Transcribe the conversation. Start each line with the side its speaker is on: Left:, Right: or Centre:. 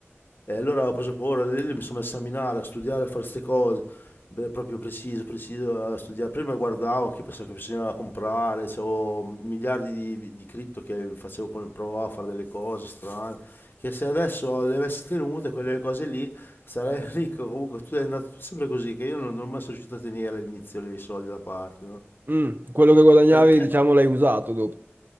Left: E allora ho preso paura, lì lì mi sono messo a minare, a studiare, a fare queste cose, Beh, proprio preciso, preciso, a studiare. Prima guardavo, anche io pensavo che bisognava comprare, avevo miliardi di, di cripto che facevo con il provavo a fare delle cose strane, che se adesso le avessi tenute, quelle cose lì, sarei <laughs> ricco. Comunque tu è andato sempre così, che io non, non sono mai riuscito a tenere all'inizio lì i soldi da parte, no?
Right: Mm. Quello che guadagnavi,
Left: Perché?
Right: diciamo, l'hai usato dopo.